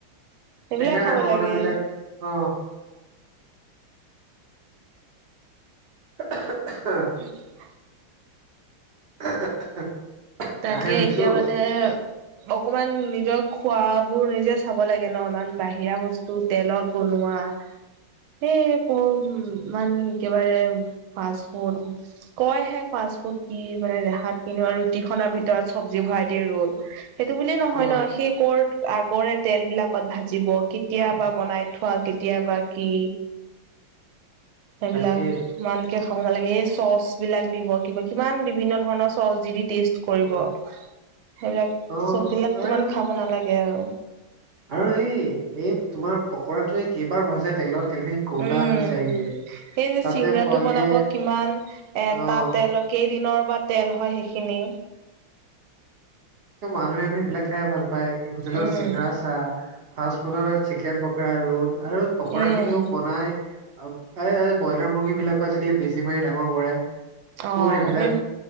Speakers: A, on the right (about 85°); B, on the right (about 55°).
A: সেইবিলাক
B: সেইকাৰণে
A: খাব
B: আগৰ
A: লাগে।
B: মানুহ বিলাক অ <inaudible>
A: <unintelligible>
B: <inaudible>
A: তাকে,
B: কাহে হৈ গৈছো
A: এতিয়া মানে অকমান নিজৰ খোৱাবোৰ নিজে চাব লাগে ন, ইমান বাহিৰা বস্তু তেলত বনোৱা। সেই ক'ৰ, ইমান একেবাৰে পাছপৰ্ট কয়হে ফাষ্টফুড কি মানে, দেখাত কিনো আৰু ৰুটিখনৰ ভিতৰত
B: উম।
A: চব্জি ভৰাই দিয়ে ৰল, সেইটো বুলি নহয়
B: অ
A: ন, সেই কৰ আগৰে তেলবিলাক। ত, ভাজিব, কেতিয়াবা
B: অ
A: বনাই থোৱা, কেতিয়াবা কি? সেইবিলাক
B: তাকে
A: ইমানকে খাব নালাগে, সেই চচবিলাক দিব, কিবা কিমান বিভিন্ন ধৰণৰ চচ, দি-দি টেষ্ট কৰিব,
B: অ
A: সেইবিলাক
B: অ
A: চববিলাক
B: আৰু
A: ইমান খাব নালাগে আৰু।
B: আৰু সেই, এই তোমাৰ পকৰাটোৱে কেইবাৰ ভাজে তেলত তেলখিনি ক'লা
A: উম,
B: হৈ যায়গে
A: সেই যে,
B: তাতে
A: চিঙৰাটো
B: পোৱালিয়ে
A: বনাব, কিমান এটা
B: অ
A: তেলত কেইদিনৰ বা তেল হয় সেইখিনি?
B: মানুহে আকৌ সেইবিলাক খাই ভালপায়, এই হোটেলৰ
A: উম
B: চিঙৰা, চাহ। ফাষ্টফুডৰ চিকেন পকৰা, ৰোল আৰু পকৰাখিনিও
A: উম
B: বনাই এই ব্ৰইলাৰ মুৰ্গীবিলাকো আজিকালি বেজী মাৰি, ডাঙৰ কৰাই
A: অ
B: ক'ৰ এইবিলাক
A: এই